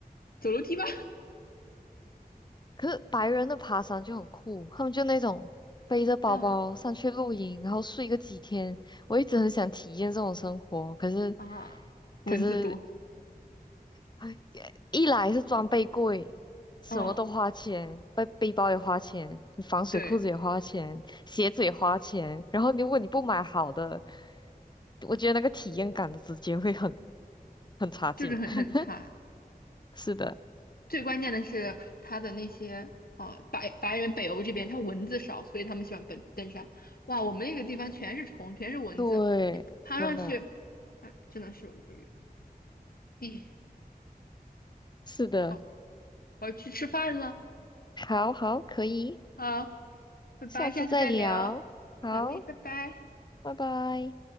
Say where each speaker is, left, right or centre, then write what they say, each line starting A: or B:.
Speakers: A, on the left (about 65°); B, on the left (about 30°).
A: 走楼梯吧，
B: 可是白人的爬山就很酷，他们就那种背着包包上去露营，
A: <laughs> 嗯
B: 然后睡个几天。我一直很想体验这种生活，可是，
A: 啊，蚊子多，
B: 可是，哎一来是装备贵，什么都花钱，
A: 嗯，
B: 背背包也花钱，防水裤子也花钱，
A: 对，
B: 鞋子也花钱。然后如果你不买好的，我觉得那个体验感直接会很很差劲。
A: 就是很很差。
B: <laughs> 是的，
A: 最关键的是它的那些呃白白人北欧这边，它蚊子少，所以他们喜欢奔登山。哇，我们那个地方全是虫，全是蚊子，
B: 对，
A: 你爬上去，
B: 真的。
A: 哎，真的是无语。哎，
B: 是的，
A: 好，我要去吃饭了，
B: 好好，可以，
A: 好，拜拜，
B: 下次再聊。
A: 下次再聊。
B: 好，
A: 好嘞，拜拜。
B: 拜拜。